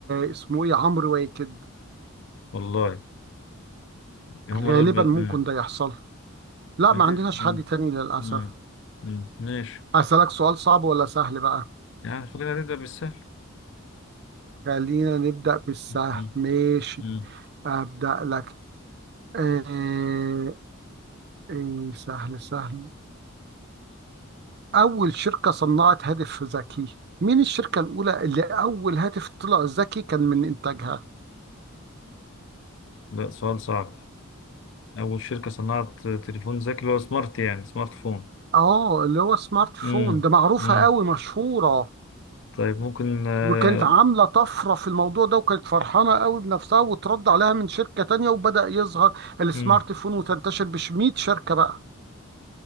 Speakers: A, on the right; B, on the left.
A: اسمه ايه عمرو واكد
B: والله هم
A: غالبا
B: دول ب... امم
A: ممكن ده يحصل لا
B: مفيش
A: ما عندناش
B: امم
A: حد تاني للاسف
B: امم أمم. ماشي
A: اسالك سؤال صعب ولا سهل بقى
B: يعني خلينا نبدا بالسهل
A: خلينا نبدا بالسهل
B: أمم.
A: ماشي
B: أمم.
A: ابدا لك آه آه سهل سهل اول شركه صنعت هاتف ذكي مين الشركه الاولى اللي اول هاتف طلع ذكي كان من انتاجها
B: لا سؤال صعب أول شركة صنعت تليفون ذكي هو سمارت يعني سمارت فون
A: اه اللي هو سمارت فون
B: امم
A: ده معروفة
B: امم
A: قوي مشهورة
B: طيب ممكن آه،
A: وكانت عاملة طفرة في الموضوع ده وكانت فرحانة قوي بنفسها وترد عليها من شركة تانية وبدأ يظهر السمارت
B: امم
A: فون وتنتشر بش 100 شركة بقى